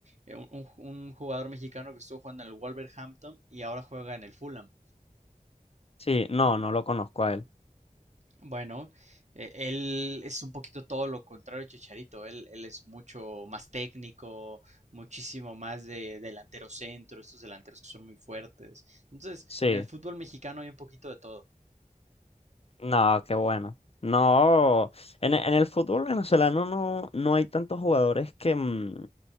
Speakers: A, on the right (about 50°); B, on the left (about 45°).
A: eh, un, un- un jugador mexicano que estuvo jugando en el Wolverhampton y ahora juega en el Fulham.
B: Sí, no, no lo conozco a él.
A: Bueno, eh, él es un poquito todo lo contrario a Chicharito. Él, él es mucho más técnico, muchísimo más de delantero centro, estos delanteros que son muy fuertes. Entonces,
B: Sí.
A: en el fútbol mexicano hay un poquito de todo.
B: No, qué bueno. No, en, e- en el fútbol venezolano no, no hay tantos jugadores que, mm,